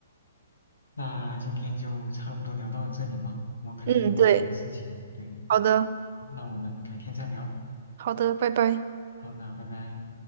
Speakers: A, on the left (about 75°); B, on the right (about 45°).
A: 那今天就差不多聊到这里吗？我可能一会儿有点事情，
B: 嗯，对，
A: 对，
B: 好的，
A: 那我们改天再聊。
B: 好的，拜拜。
A: 好，那拜拜。